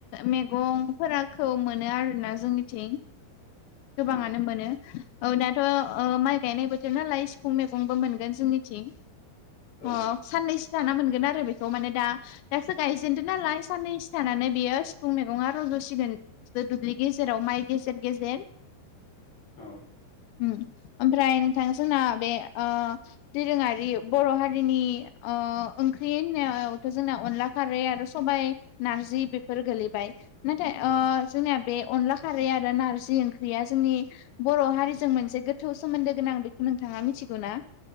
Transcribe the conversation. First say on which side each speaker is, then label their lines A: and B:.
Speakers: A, on the left; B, on the left.
A: मैगंखौ मोनो आरोना जोंनिथिं गोबाङानो
B: औ
A: मोनो औ दाथ' माइ गायनाय बोथोर नालाय सिफुं मैगंबो मोनगोन जोंनिथिं
B: औ
A: अ साननैसो जाना मोनगोन आरो बेखौ माने दा दासो गायजेनदों नालाय साननैसो थानानै बेयो सिफुं मैगं दुसिगोन दुब्लि गेजेराव माइ गेजेर गेजेर
B: औ
A: उम। ओमफ्राय नोंथां जोंना बे ओ दोरोङारि बर' हारिनि ओ ओंख्रि होननायावथ' जोंना अनला खारै आरो सबाय, नारजि बेफोर गोलैबाय नाथाय
B: औ
A: ओ जोंनिया बे अनला खारै आरो नारजि ओंख्रि या जोंनि बर' हारिजों मोनसे गोथौ सोमोन्दो गोनां बेखौ नोंथाङा मिथिगौ ना?